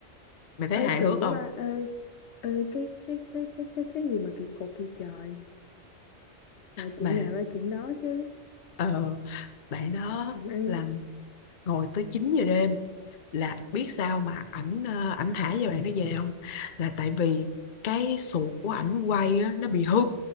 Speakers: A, on the left; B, on the left.
A: mày thấy hài
B: ê kỳ
A: hước không
B: quá ba ê ê cái cái cái cái cái cái gì mà kỳ cục kỳ trời trời chuyện
A: mà
B: nào ra chuyện đó chứ
A: ờ, bạn đó
B: làm ăn
A: là ngồi tới 9 giờ đêm là biết sao mà ảnh ờ, ảnh thả cho bạn nó về không là tại vì cái sụt của ảnh quay á, nó bị hư